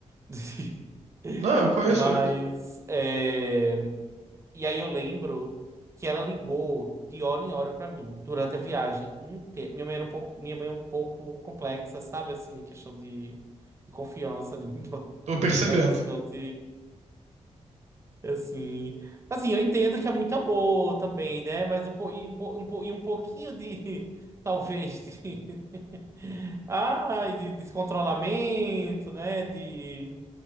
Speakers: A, on the right; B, on the right.
A: <laughs>
B: Não, eu conheço,
A: Mas,
B: lindo.
A: é, e aí eu lembro que ela ligou de hora em hora pra mim, durante a viagem inteira. Minha mãe era um pouco, minha mãe é um pouco complexa, sabe? Assim, questão de, de confiança, de me, <laughs>
B: Tô
A: me
B: percebendo.
A: deixar ir pros cantos Assim, assim, eu entendo que é muito amor também, né? Mas um, po, e um, po- um, po- e um pouquinho de, <laughs> talvez, de, <laughs> ai, de descontrolamento, né? De,